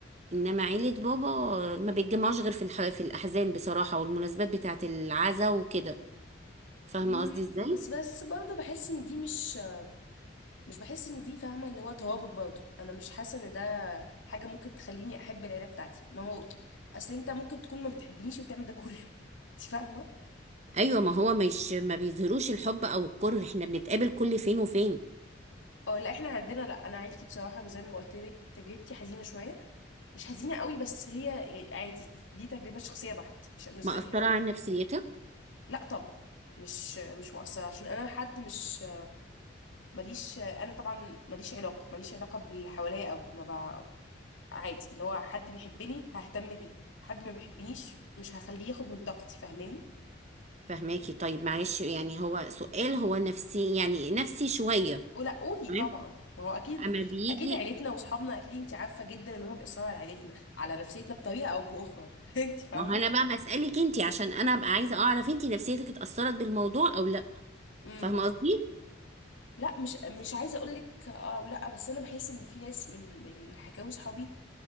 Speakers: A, on the right; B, on the left.
A: انما عيلة بابا آه، ما بيتجمعوش غير في الح... في الاحزان بصراحة والمناسبات بتاعة العزا وكده فاهمة
B: مم،
A: قصدي ازاي
B: بس بس برضه بحس ان دي مش مش بحس ان دي فاهمه اللي هو توابط برضه انا مش حاسه ان ده حاجه ممكن تخليني احب العيله بتاعتي ما هو اصل انت ممكن تكون ما بتحبنيش وبتعمل ده كله <laughs> انت فاهمه
A: ايوه ما هو مش ما بيظهروش الحب او الكره احنا بنتقابل كل فين وفين
B: اه لا احنا عندنا لا انا عيلتي بصراحه زي ما قلت لك تجربتي حزينه شويه مش حزينه قوي بس هي عادي دي, دي تجربه شخصيه بحت مش مش, زي-
A: مأثرة
B: مش
A: على نفسيتك
B: لا طبعا مش مش مؤثره عشان انا حد مش ماليش انا طبعا ماليش علاقه ماليش علاقه باللي حواليا قوي ما عادي اللي هو حد بيحبني ههتم بيه حد ما بيحبنيش مش هخليه ياخد من طاقتي فاهماني
A: فهماكي طيب معلش يعني هو سؤال هو نفسي يعني نفسي شوية
B: ولا قولي
A: تمام
B: طبعا ما هو اكيد
A: اما بيجي
B: اكيد عيلتنا واصحابنا اكيد انت عارفه جدا ان هم بيأثروا على عيلتنا على نفسيتنا بطريقه او باخرى <laughs> انت فاهمه
A: ما هو انا بقى بسألك انتي عشان انا ابقى عايزة اعرف انتي نفسيتك اتأثرت بالموضوع او لا
B: امم
A: فاهمة قصدي
B: لا مش مش عايزه اقول لك اه لا بس انا بحس ان في ناس من من حكاوي صحابي